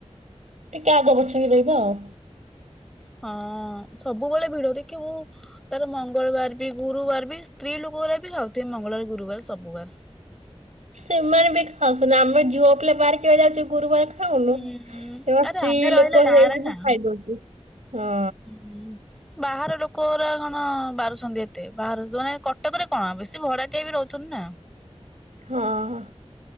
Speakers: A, on the right; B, in the centre.
A: ଟିକେ ଆଗ ପଛ ହୋଇ ରହିବା ଆଉ।
B: ହଁ ସବୁବେଳେ ଭିଡ ଦେଖିବୁ। ତାର ମଙ୍ଗଳବାର ବି ଗୁରୁବାର ବି ସ୍ତ୍ରୀ ଲୋକଉଡା ବି ଖାଉଥିବେ ମଙ୍ଗଳବାର ଗୁରୁବାର ସବୁବାର।
A: ସେମାନେ ବି ଏଠି ଖାଉଛନ୍ତି ଆମେ ଝିଅ ପିଲା ବାହାରିକି ଆ ଇଲାଏସିକି ଗୁରୁବାର ଖାଉନୁ,
B: ହୁଁ ହୁଁ
A: ଏବା
B: ଆରେ
A: ସ୍ତ୍ରୀ
B: ଆମେ ରହିଲେ
A: ଲୋକ
B: ଗାଁରେ
A: ହେଇକି ବି
B: ନା
A: ଖାଇଦଉଛି। ହଁ
B: ହୁଁ ବାହାର ଲୋକରା କଣ ବାରୁଛନ୍ତି ଏତେ ବାହାରୁ ଯୋଉମାନେ କଟକରେ କଣ ବେଶ ସେ ଭଡାଟିଆ ବି ରହୁଛନ୍ତି ନା,
A: ହଁ